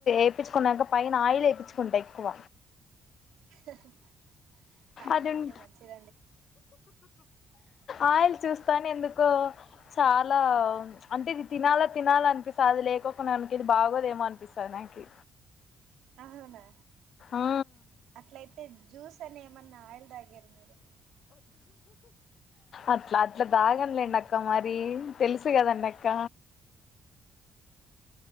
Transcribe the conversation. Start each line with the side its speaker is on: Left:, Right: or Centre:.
Left: ఎపిచుకున్నాక పైన ఆయిల్ ఏపీచుకున్ దెక్కువ
Right: <inaudible> ఆయిల్
Left: అది
Right: తింటే
Left: ఉం-
Right: మంచిగా
Left: ఆయిల్ చూస్తానే ఎందుకో చ అల అంటే ఇది తినాలా తినాలా అనిపిస్తు అది లేకోకునానికి ఇది బాగోదేమో అనిపిస్తది నాకి
Right: అవునా
Left: ఆ
Right: అట్లయితే జ్యూస్ అనే ఏమన్నా ఆయిల్ తాగార మీరు
Left: అట్లా అట్లా దాగన్లేండి అక్క మరి తెలుసు తెలుసు గాదాండక్క